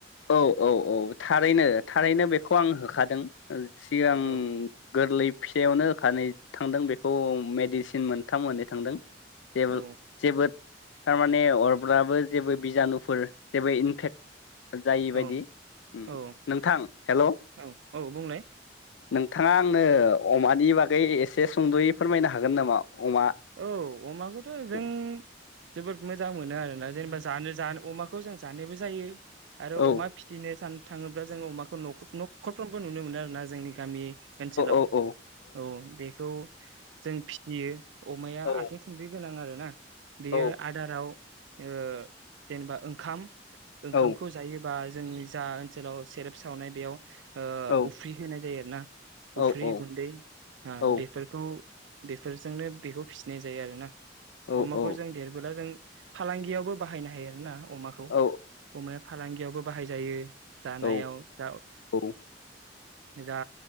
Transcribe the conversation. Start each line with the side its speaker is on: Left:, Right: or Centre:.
Left: औ औ औ थारैनो थारैनो बेखौ आं होखादों। सिगां
Right: औ
Left: गोरलै फिसायावनो होखानाय थांदों बेखौ मेडिसिन मोनथाम मोननै थांदों। जेबो
Right: औ
Left: जेबो थारमाने अरबा अब्लाबो जेबो बिजानुफोर जेबो इनफेक जाय बदि
Right: औ
Left: नोंथां
Right: औ
Left: हेलौ।
Right: औ औ बुंलाय
Left: नोंथांङा आंनो अमानि बागै एसे सुंदयै फोरमायनो हागोन नामा अमा
Right: औ अमाखौथ जों
Left: औ
Right: जोबोद मोजां मोनो आरोना जेनेबा जानो जानो अमाखौ जों जानायबो जायो। आरो
Left: औ
Right: अमा फिसिनो सान थाङोब्ला जोङो अमाखौ नख न'खरफ्रोमबो नुनो मोनो आरो ना जोंनि गामि। ओनसोलाव
Left: औ औ
Right: औ बेखौ जों फिसियो। अमाया
Left: औ
Right: आथिं थोंब्रै गोनां आरोना। बेयो
Left: औ
Right: आदाराव ओ जेनेबा ओंखाम। ओंखामखौ
Left: औ
Right: जायो। बा जोंनि जा ओनसोलाव सेरेप सावनाय बेयाव ओ
Left: औ
Right: उफ्रि होनाय जायो आरो ना
Left: औ
Right: उफ्रि
Left: औ
Right: गुन्दै हा
Left: औ
Right: बेफोरखौ। बेफोरजोंनो बेखौ फिसिनाय जायो आरो ना। अमाखौ
Left: औ औ
Right: जों देरबोला जों। फालांगियावबो बाहायनो हायो आर ना। अमाखौ
Left: औ
Right: अमाया फालांगियावबो बाहायजायो। जानायाव
Left: औ
Right: जा ओ
Left: औ
Right: दा